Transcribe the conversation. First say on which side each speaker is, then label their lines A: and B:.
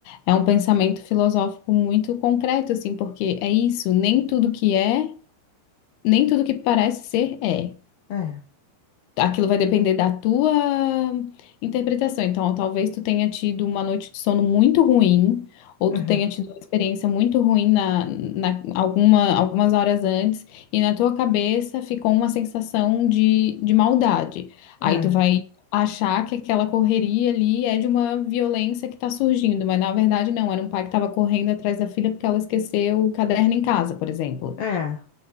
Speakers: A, on the left; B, on the left.
A: é um pensamento filosófico muito concreto, assim, porque é isso, nem tudo que é, nem tudo que parece ser é.
B: É,
A: aquilo vai depender da tua interpretação. Então, talvez tu tenha tido uma noite de sono muito ruim, ou
B: aham,
A: tu tenha tido uma experiência muito ruim na, na alguma, algumas horas antes, e na tua cabeça ficou uma sensação de, de maldade. Aí
B: é,
A: tu vai achar que aquela correria ali é de uma violência que está surgindo, mas na verdade não, era um pai que estava correndo atrás da filha porque ela esqueceu o caderno em casa, por exemplo
B: é,